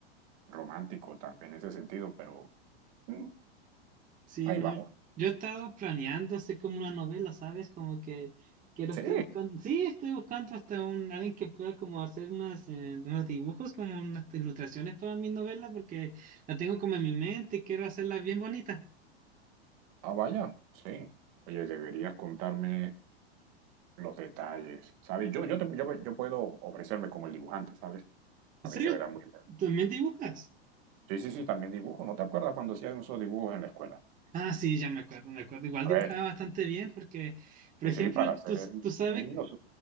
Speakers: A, on the right; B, on the right.
A: romántico también en ese sentido, pero mm,
B: Sí,
A: ahí
B: no,
A: vamos.
B: yo he estado planeando hacer como una novela, ¿sabes? Como que quiero,
A: Sí.
B: estoy buscando, sí, estoy buscando hasta un, alguien que pueda como hacer unas, eh, unos dibujos, como unas ilustraciones para mi novela, porque la tengo como en mi mente y quiero hacerla bien bonita.
A: Ah, vaya, sí. Oye, deberías contarme los detalles, ¿sabes? Yo, yo, te- yo, yo puedo ofrecerme como el dibujante, ¿sabes? A
B: ¿En
A: mí
B: serio?
A: se me da muy bien.
B: ¿También dibujas?
A: Sí, sí, sí, también dibujo. ¿No te acuerdas cuando hacían esos dibujos en la escuela?
B: Ah, sí, ya me acuerdo, me acuerdo. Igual
A: A
B: dibujaba
A: ver,
B: bastante bien porque, por
A: sí,
B: ejemplo,
A: sí, para ser
B: tú, tú sabes
A: niños.